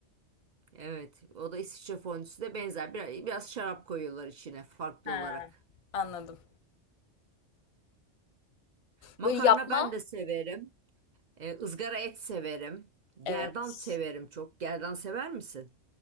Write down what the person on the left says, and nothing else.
Ha,
Anladım.
böyle yapma.
Evet.